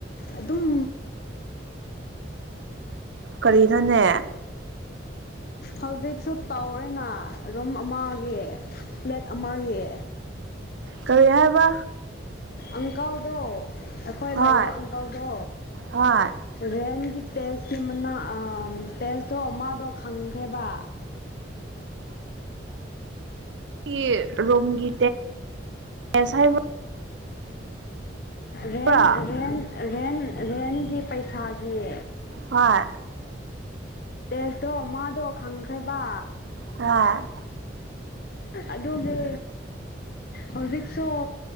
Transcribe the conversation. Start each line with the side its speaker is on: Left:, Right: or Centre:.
Left: ꯑꯗꯨꯝ
Right: ꯀꯔꯤꯅꯣꯅꯦ
Left: ꯍꯧꯖꯤꯛꯁꯨ ꯇꯧꯔꯦꯅ ꯔꯨꯝ ꯑꯃꯒꯤ ꯐ꯭ꯂꯦꯠ ꯑꯃꯒꯤ
Right: ꯀꯔꯤ ꯍꯥꯏꯕ
Left: ꯑꯪꯀꯜꯗꯣ ꯑꯩꯈꯣꯏ
Right: ꯍꯣꯏ
Left: ꯂꯩꯕ ꯑꯪꯀꯜꯗꯣ
Right: ꯍꯣꯏ
Left: ꯔꯦꯟꯒꯤ ꯇꯦꯁꯀꯤ ꯃꯅꯥ ꯇꯦꯁꯇꯣ ꯃꯥꯗꯦ ꯈꯪꯈ꯭ꯔꯦꯕ
Right: ꯁꯤꯒꯤ ꯔꯨꯝꯒꯤ ꯇꯦꯁ ꯍꯥꯏꯕꯔꫭ
Left: ꯔꯦꯟ
Right: ꯍꯣꯏ
Left: ꯔꯦꯟ ꯔꯦꯟ ꯔꯦꯟꯒꯤ ꯄꯩꯁꯥꯒꯤ
Right: ꯍꯣꯏ
Left: ꯇꯦꯁꯇꯣ ꯃꯥꯗꯣ ꯈꯪꯈ꯭ꯔꯦꯕ
Right: ꯍꯣꯏ
Left: ꯑꯗꯨꯒꯤ ꯍꯧꯖꯤꯛꯁꯨ